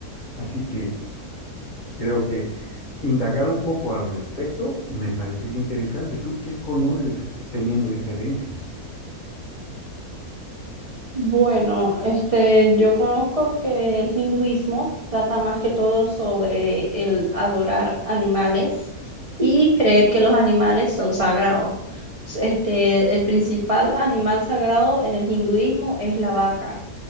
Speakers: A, on the left; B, on the right.
A: Así que Creo que indagar un poco al respecto me parecería interesante. ¿Tú qué conoces teniendo esa herencia?
B: Bueno, este, yo conozco que el hinduismo trata más que todo sobre el adorar animales y creer que los animales son sagrados. Este, el principal animal sagrado en el hinduismo es la vaca.